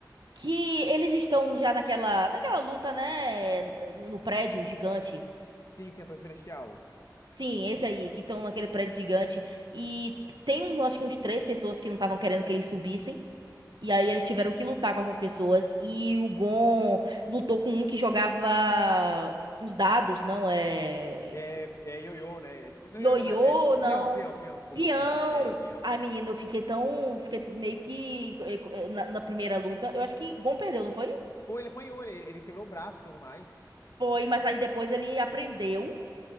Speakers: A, on the right; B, on the left.
A: que eles estão já naquela, naquela luta, né, no prédio gigante.
B: sim, sim, a Torre Celestial.
A: Sim, esse aí, que estão naquele prédio gigante. E tem, um, acho que uns três pessoas que não estavam querendo que eles subissem. E aí eles tiveram que lutar com essas pessoas. E o Gon lutou com um que jogava uns dados, não é...
B: É, é ioiô, né? É tipo, não
A: Ioiô,
B: é ioiô, né? É pi-
A: não...
B: peão, peão, peão, desculpa,
A: Peão!
B: peão. É, peão.
A: Ai, menina, eu fiquei tão... Fiquei meio que... Na, na primeira luta, eu acho que Gon perdeu, não foi?
B: Foi, ele apanhou, ele, ele quebrou o braço e tudo mais.
A: Foi, mas aí depois ele aprendeu